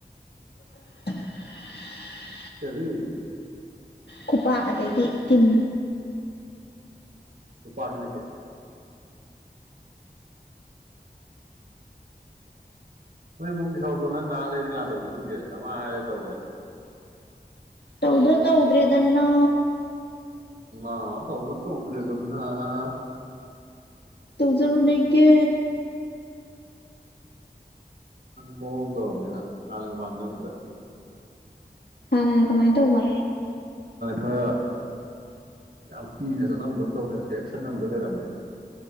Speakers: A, on the left; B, on the right.
A: <unintelligible>
B: ꯀꯔꯤ
A: ꯈꯨꯄꯥꯛ ꯑꯗꯩꯗꯤ ꯀꯤꯟ
B: ꯅꯨꯄꯥꯁꯤꯅ ꯀꯩ ꯅꯣꯏ ꯏꯃꯨꯡꯒꯤ ꯊꯕꯛꯇꯣ ꯅꯪ ꯅꯥ ꯂꯩꯗꯤ ꯀꯥꯅ ꯇꯧꯕꯤꯗꯨꯔꯤꯉꯦ ꯅꯃꯥ ꯍꯥꯏꯔꯦ ꯇꯧꯔꯣꯏ
A: ꯇꯧꯗꯔ ꯇꯧꯗ꯭ꯔꯦꯗꯅ
B: ꯑ ꯇꯧꯕ ꯇꯧꯗ꯭ꯔꯦꯗꯅ
A: ꯇꯧꯖꯔꯨꯅꯦꯉꯦ
B: ꯅꯪꯗꯤ ꯃꯑꫭꯡꯃ ꯇꯧꯔꯝꯃꯦꯅ ꯍꯥꯟꯅꯒ ꯃꯥꯟꯅꯔꯝꯗꯔꯦ
A: ꯍꯟꯅ ꯀꯃꯥꯏ ꯇꯧꯕ
B: ꯍꯦꯔ ꯌꯥꯝ ꯀꯤꯅ ꯆꯠꯂꯝꯗꯧ ꯗꯩꯅ ꯍꯧꯖꯤꯛꯇꯤ ꯑꯦꯛꯁꯟ ꯑꯝꯗ ꯂꯩꯔꯝꯃꯦ